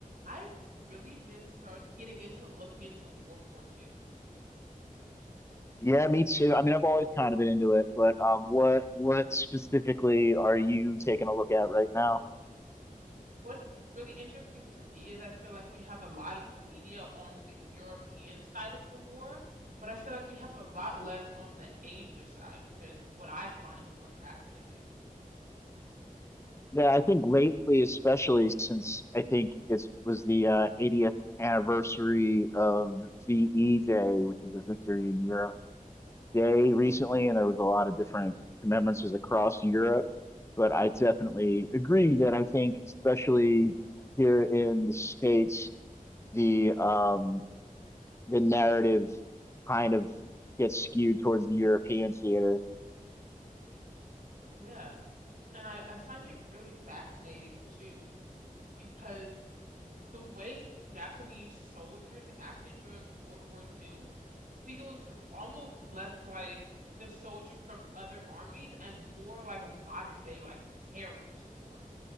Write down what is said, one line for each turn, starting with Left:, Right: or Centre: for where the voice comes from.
Right: I've really been start getting into looking into World War Two.
Left: Yeah, me too. I mean, I've always kind of been into it, but um, what what specifically are you taking a look at right now?
Right: What's really interesting to me is I feel like we have a lot of media on the European side of the war, but I feel like we have a lot less on the Asia side, which is what I find more fascinating.
Left: Yeah, I think lately, especially since I think it was the uh, 80th anniversary of VE Day, which is the Victory in Europe Day recently, and there was a lot of different commemorances across Europe. But I definitely agree that I think, especially here in the States, the um, the narrative kind of gets skewed towards the European theater.
Right: Yeah. And I, I find it really fascinating too, because the way Japanese soldiers acted during World War Two. feels almost less like the soldiers from other armies and more like a modern day like terrorist force